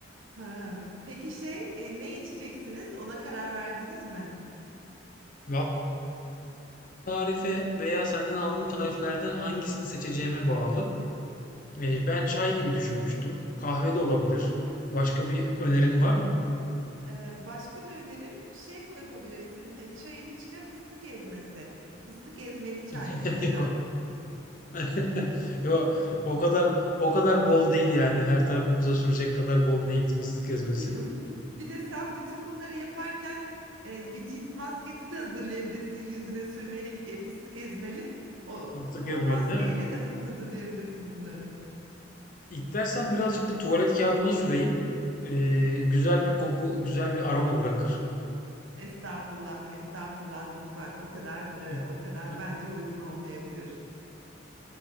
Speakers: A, on the right (about 80°); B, on the left (about 45°).
A: hı. Peki şey e, ne içeceksiniz? Ona karar verdiniz mi?
B: Va- Tarife veya senden aldığım tariflerden hangisini seçeceğime bağlı. Eee, ben çay gibi düşünmüştüm. Kahve de olabilir. Başka bir önerin var mı?
A: Ee, başka bir önerim şey koy- yapabilirsin. E, çayın içine fıstık ezmesi. Fıstık ezmeli çay
B: <laughs>
A: mesela.
B: Yok. <laughs> Yok. O kadar o kadar bol değil yani. Her tarafımıza sürecek kadar bol değil fıstık ezmesi.
A: <laughs> Bir de sen bütün bunları yaparken e, bir cilt maskesi de hazırlayabilirsin. Yüzüne sürmelik, e, fıstık ezmeli. O,
B: Fıstık
A: o
B: ezmeli
A: maskeyle
B: değil mi?
A: de ha- hazırlayabilirsin bunları.
B: İstersen birazcık da tuvalet kağıdına süreyim. Eee, güzel bir koku, güzel bir aroma bırakır.
A: Estağfurullah, estağfurullah lütfen. O kadar e,
B: <laughs>
A: o kadar bence uygun olmayabilir.